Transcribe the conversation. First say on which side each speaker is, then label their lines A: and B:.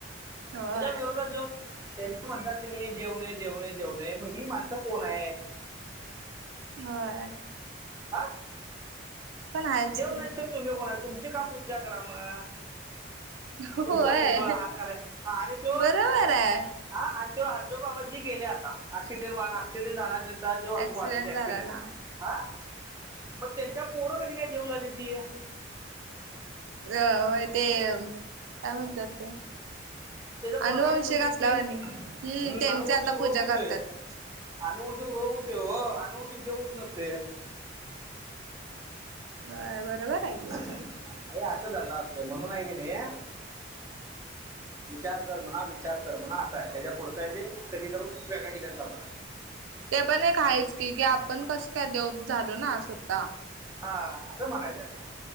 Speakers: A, on the right (about 85°); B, on the right (about 15°).
A: होय
B: त्याच्या विरोधात जो, हां, म्हणतात की देऊ नाही, देऊ नाही देऊ नाय मग ही मानऽ अस कोण आहे?
A: होय.
B: हा
A: पण आहेच
B: देव
A: की
B: नाहीत तर तुम्ही कोणाय? तुमची का पूजा करा मग?
A: होय
B: तुमच्या फोटोला हार घालायचं आणि तो
A: बरोबर आहे
B: हा आणि तो हर्देदेव बाबाजी गेले आता ऍक्सिडेंट वा एक्सिडेंट झाला त्यांचा, तेव्हा
A: ऍक्सिडेंट
B: वारलीत अक्सिडेंट,
A: झालेला
B: हा मग त्यांच्या पोर कदी काय देऊ झाली ती?
A: अय ते, काय म्हणतात ते?
B: त्याचा पोरगा
A: अनुवंशिक
B: आणि पूरगी
A: असलावानी
B: ती,
A: हम्म
B: ह्ं,
A: त्यांची
B: अनुवश्यक
A: आता पूजा
B: रोग होतोय.
A: करतात
B: रोग होतोय वो, अनुवशक देे हुत जातय.
A: हाय बरोबर, आहे की
B: अरे अस धंदा असतोय, म्हणून आहे की नाहीत्व. विचार कर म्हणा, विचार कर म्हणा, असा आहे त्याच्या पुढचं आय ते कधी तर, वेगळ्या ठिकाणी चालत.
A: ते पण एक आहेच की,, की आपण कसं,, काय देव झालो ना स्वतः
B: हा, आस मनायचय मला.